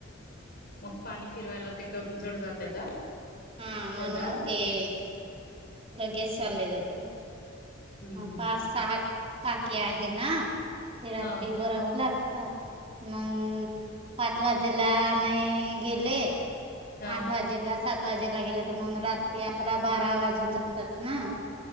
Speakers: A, on the left (about 50°); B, on the right (about 30°).
A: मग पाणी फिरवायला ते का जड जात का?
B: हा म्हणून
A: शेतात
B: ते लगेच चालले जाते.
A: हम्म
B: पाच सहा टाकी आहे ना. ते रात्री
A: हा
B: भरावा लागत. मग पाच वाजेला नाही गेले.
A: हा.
B: आठ वाजेला सात वाजेला गेले तर मग रात्री अकरा बारा वाजून जातात ना.